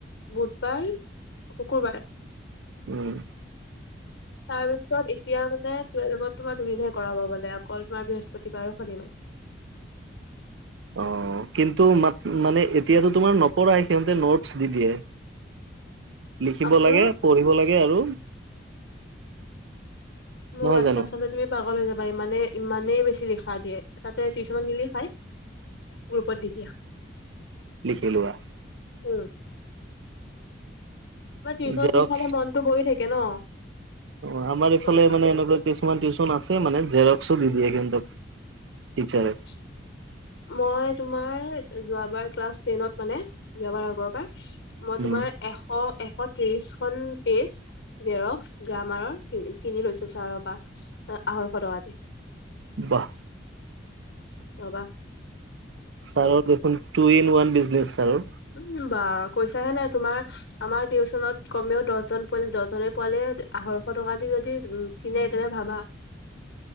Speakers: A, on the left; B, on the right.
A: বুধবাৰ, শুকুৰবাৰ।
B: উম।
A: তাৰপিছত এতিয়া মানে তুলফ তোমাৰ দুদিনহে কৰাব গলে অকল তোমাৰ বৃহস্পতিবাৰ শনি বাৰে।
B: অ', কিন্তু মাত মানে এতিয়াতো তোমাৰ নপঢ়াই সিহঁতে নোটছ দি দিয়ে। লিখিব
A: মোৰ
B: লাগে পঢ়িব লাগে আৰু।
A: মোৰ
B: নহয়
A: হোৱাটছপ
B: জানো
A: চালে তুমি পাগললৈ যাবা ইমানে ইমানেই বেছি লিখা দে তাতে টিউশনত নিলি খাই। গ্ৰুপত দি দিয়া।
B: লিখিলোৱা।
A: উম। মানে টিউশচন
B: জেৰক্স
A: লিখালে মনতটো বহ থাকে ন'।
B: অ', আমাৰ
A: টিউচন
B: ইফালে
A: লিখালে
B: মানে এনেকুৱা কিছুমান টিউচন আছে মানে, জেৰক্সো দি দিয়ে কিন্তু, টিচাৰে।
A: <inaudible> মই তোমাৰ যোৱাবাৰ ক্লাছ টেনত মানে, যোৱাবাৰ আগৰবাৰ মই
B: উম,
A: তোমাৰ এশ, এশ ত্ৰিশ খন পেজ জেৰক্স গ্ৰামাৰৰ কিনি লৈছো চাৰৰ পৰা, আঢ়ৈঁশ টকা দি।
B: বাহ,
A: ৰবা
B: চাৰৰ দেখোন, টু ইন ওৱান বিজনেছ আৰু।
A: উম, বা পইচাহে নাই তোমাৰ। আমাৰ টিউশচনত কমেও দহজন পোৱালে দহজনে পোৱালে আঢ়ৈশ টকা দি যদি, উম কিনে তেনে ভাবা।